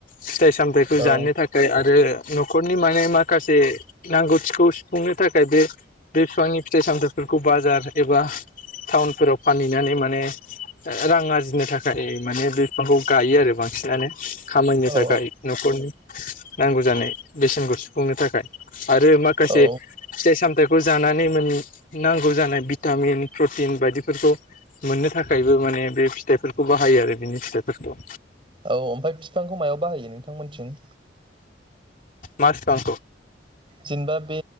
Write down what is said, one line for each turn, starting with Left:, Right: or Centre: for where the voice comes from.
Left: फिथाइ सामथायाइखौ
Right: औ
Left: जानो थाखाय आरो न'खरनि माने माखासे नांगौथिखौ सुफुंनो थाखाय बे, बे बिफांनि फिथाइ सामथाइफोरखौ बाजार एबा टाउनफोराव फानहैनानै माने रां आरजिनो थाखाय माने बे बिफांखौ गायो आरो बांसिनानो, खामायनो
Right: औ
Left: थाखाय न'खरनि, नांगौ जानाय बेसेनखौ सुफुंनो थाखाय, आरो माखासे
Right: औ
Left: फिथाइ साम बो जानानै मोन नांगौ जानाय भिटामिन प्रटिन बायदिफोरखौ मोननो थाखायबो माने बे फिथाइफोरखौ बाहायो आरो बिनि फिथाइफोरखौ,
Right: औ ओमफ्राय बिफांखौ मायाव बाहायो नों नोंथांमोनथिं
Left: मा फिफांखौ
Right: जेनेबा बे